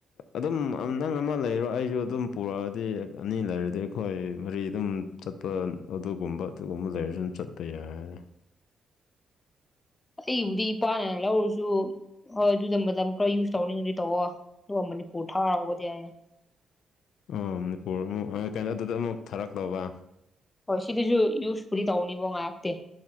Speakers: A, on the left; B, on the left.
A: ꯑꯗꯨꯝ ꯅꯪ ꯑꯃ ꯂꯩꯔꯣ ꯑꯩꯁꯨ ꯑꯗꯨꯝ ꯄꯨꯔꯛꯑꯗꯤ ꯑꯅꯤ ꯂꯩꯔꯗꯤ ꯑꯩꯈꯣꯏ ꯃꯔꯤ ꯑꯗꯨꯝ ꯆꯠꯄ ꯑꯗꯨꯒꯨꯝꯕ ꯑꯗꯨꯒꯨꯝꯕ ꯂꯩꯔꯁꯨ ꯑꯗꯨꯝ ꯆꯠꯄ ꯌꯥꯏ
B: ꯑꯩꯕꯨꯗꯤ ꯏꯄꯥꯅ ꯂꯧꯔꯁꯨ ꯍꯣꯏ ꯑꯗꯨꯗ ꯃꯇꯝ ꯈꯔ ꯌꯨꯁ ꯇꯧꯔꯅꯤꯡꯉꯗꯤ ꯇꯧꯋꯣ ꯑꯗꯨꯒ ꯃꯅꯤꯄꯨꯔ <unintelligible> ꯌꯥꯏꯌꯦ
A: ꯑꯣ ꯃꯅꯤꯄꯨꯔ ꯑꯃꯨꯛ ꯀꯩꯅꯣ ꯑꯗꯨꯗ ꯑꯃꯨꯛ ꯊꯥꯔꯛꯇꯧꯕ
B: ꯍꯣꯏ ꯁꯤꯗꯁꯨ ꯌꯨꯁꯄꯨꯗꯤ ꯇꯧꯅꯤꯕꯣ ꯉꯥꯏꯍꯥꯛꯇꯦ